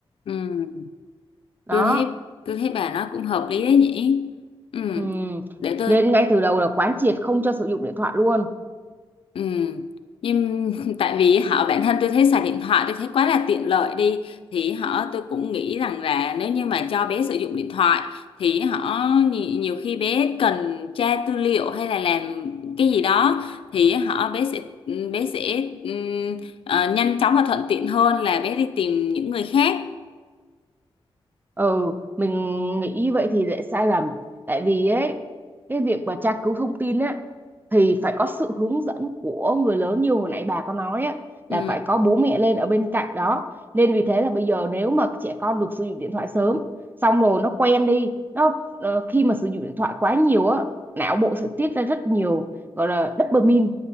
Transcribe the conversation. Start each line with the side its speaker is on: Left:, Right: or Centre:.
Left: ừ
Right: đó
Left: tôi thấy tôi thấy bà nói cũng hợp lý đấy nhỉ ừ
Right: Ừm.
Left: để tôi
Right: nên ngay từ đầu là quán triệt không cho sử dụng điện thoại luôn
Left: ừ nhưng <laughs> tại vì họ bản thân tôi thấy xài điện thoại tôi thấy quá là tiện lợi đi thì họ tôi cũng nghĩ rằng là nếu như mà cho bé sử dụng điện thoại thì họ nhi- nhiều khi bé cần tra tư liệu hay là làm cái gì đó thì họ bé sẽ bé sẽ ừm, ờ, nhanh chóng và thuận tiện hơn là bé đi tìm những người khác
Right: Ừ, mình nghĩ như vậy thì lại sai lầm. Tại vì ấy, cái việc mà tra cứu thông tin á, thì phải có sự hướng dẫn của người lớn như hồi nãy bà có nói á, là
Left: ừ
Right: phải có bố mẹ lên ở bên cạnh đó. Nên vì thế là bây giờ nếu mà trẻ con được sử dụng điện thoại sớm, xong rồi nó quen đi, nó ờ, khi mà sử dụng điện thoại quá nhiều á, não bộ sẽ tiết ra rất nhiều gọi là dopamine